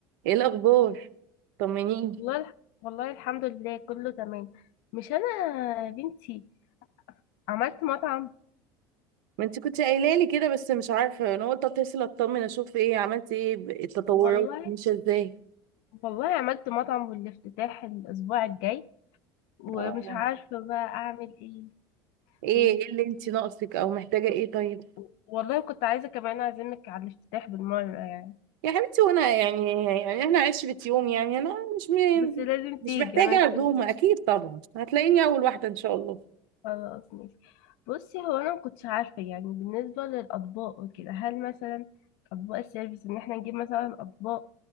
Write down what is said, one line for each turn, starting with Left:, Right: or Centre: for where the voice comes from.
Right: ايه الاخبار طمنيني
Left: والله الح- والله الحمد لله كله تمام مش انا يا بنتي عملت مطعم
Right: ما انت كنت قايله لي كده بس مش عارفه انا قلت اتصل اطمن اشوف ايه عملتي ايه ب- التطورات
Left: والله
Right: ماشيه ازاي
Left: والله عملت مطعم والافتتاح الاسبوع الجاي ومش
Right: اه
Left: عارفه بقى اعمل ايه
Right: ايه
Left: و-
Right: ايه اللي انت ناقصك او محتاجه ايه طيب
Left: و- والله كنت عايزه كمان اعزمك على الافتتاح بالمره يعني
Right: يا حبيبتي وانا يعني يعني احنا عشرة يوم يعني انا مش م...
Left: بس لازم تيجي
Right: مش محتاجه
Left: انا
Right: عزومه
Left: مستني
Right: اكيد طبعا هتلاقيني اول واحده ان شاء الله
Left: خلاص ماشي بصي هو انا ما كنتش عارفه يعني بالنسبه للاطباق وكده هل مثلا اطباق السيرفيس ان احنا نجيب مثلا اطباق